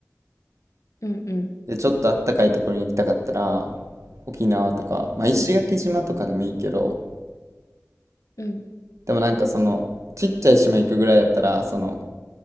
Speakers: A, on the left; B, on the right.
A: うん。うん。
B: で、ちょっとあったかいところに行きたかったら、沖縄とか、まあ石垣島とかでもいいけど、
A: うん。うん。うん。
B: でもなんかその、ちっちゃい島行くぐらいやったら、その、